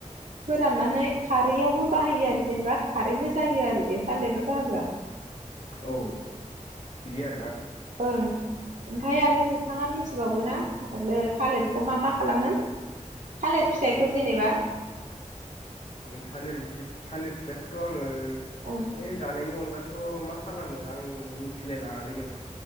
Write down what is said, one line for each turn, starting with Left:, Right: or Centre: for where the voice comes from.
Right: फोराननानै खारैयावबो बाहायो आरो जेनेबा खारैबो जायो आरो बे थालेरनि बाहागोआ
Left: औ बिदि आरो ना
Right: ओं ओमफाय आरो नोंथाङा मिथिबावगोना आरो थालिरखौ मा मा खालामो थालिर फिथाइखौ
Left: आं
Right: जेनेबा
Left: थालिर फिथाइखौ थालिर फिथाइखौथ' आङो
Right: ओं
Left: बे जानायनि अनगा' थ' मा खालामो आं मिथिलायलाङालै नोंथां